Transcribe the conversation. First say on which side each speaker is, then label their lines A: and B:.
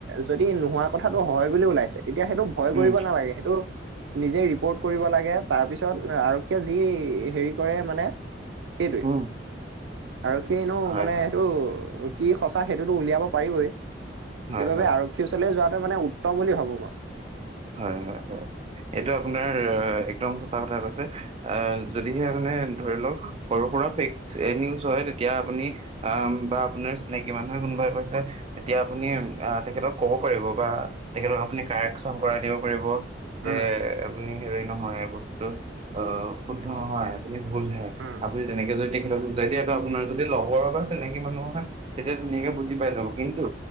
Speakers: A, on the right (about 85°); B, on the right (about 35°).
A: যদি নোহোৱা কথাটো হয় বুলি ওলাইছে তেতিয়া সেইটো ভয়
B: উম
A: কৰিব নালাগে সেইটো নিজেই লাগে তাৰপিছত আৰক্ষীয়ে যি হেৰি কৰে মানে সেইটোৱে
B: উম
A: আৰু সনো
B: হয়
A: মানে
B: হয়
A: সেইটো কি সঁচা সেইটোতো উলিয়াব পাৰিবই। সেইবাবে
B: হয় হয়
A: আৰক্ষী ওচৰলে যোৱা মানে উত্তম বুলি ভাবো মই
B: হয় হয় হয় এইটো
A: উম
B: আপোনাৰ হয়। একদম সঁ‌চা কথা কৈছে। এএ যদিহে মানে ধৰি লওক সৰু সুৰা ফেক নিউজ হয় তেতিয়া আপুনি আআ বা আপুনাৰ চিনাকি মানুহে কোনোবাই কৈছে, তেতিয়া আপুনি তেখেতক কব পাৰিব বা তেখেতক আপুনি কাৰেকচ <unintelligible> চম্পৰাই দিব পাৰিব <unintelligible> যে
A: উম
B: আপুনি হ নহয় বস্তুতটো অ শুদ্ধ নহয় ভুলঠায়ক
A: উম
B: আপুনি তেনেকে যদি <unintelligible> তেতিয়ো আপোনাৰ যদি লগৰৰ বা আছে নেকি মানুহৰ খ তেতিয়া ধুনীয়াকে বুজি পাই যাব কিন্তু